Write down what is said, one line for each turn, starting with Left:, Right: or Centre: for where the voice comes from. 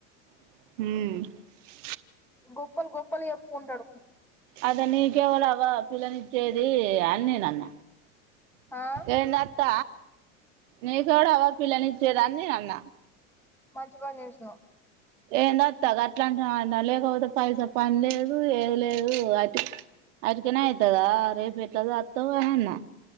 Right: మ్
Centre: గొప్పలు గొప్పలు చెప్పుకుంటడు
Right: అద నీ కేవలగొ పిల్లనిచ్చేది అని నేను అన్న
Centre: ఆ
Right: ఏందత్త నీకెవడు అవ పిల్లని ఇచ్చేదాన్ని అన్న
Centre: మంచి పని జేసినవ్
Right: ఏందత్త గట్ల అంటున్నావు అన్న లేకపోతే పైసా పని లేదు ఏంలేదు అటి అట్టిగనే ఐతదా రేపు ఎట్ల సాకతావు అనన్న